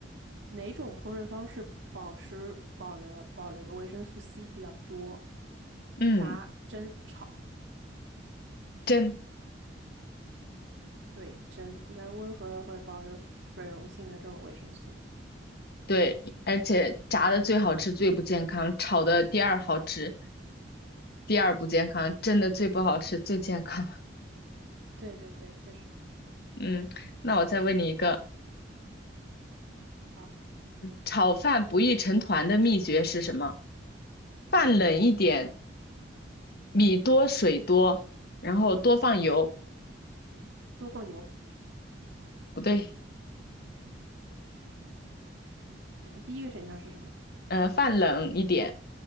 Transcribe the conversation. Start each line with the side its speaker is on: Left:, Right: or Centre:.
Right: 哪种烹饪方式保持保留保留维生素 C 比较多？
Left: 嗯。
Right: 炸、蒸、炒，
Left: 真
Right: 对，蒸，一般温和的会保留水溶性的这种维生素。
Left: 对，而且炸的最好吃，最不健康；炒的第二好吃，第二不健康；蒸的最不好吃，最健康。
Right: 对对对，确实。
Left: <laughs> 嗯，那我再问你一个，
Right: 好，
Left: 炒饭不易成团的秘诀是什么？饭冷一点，米多水多，然后多放油，
Right: 多放油。
Left: 不对，
Right: 嗯，第一个选项是什么？
Left: 呃，饭冷一点，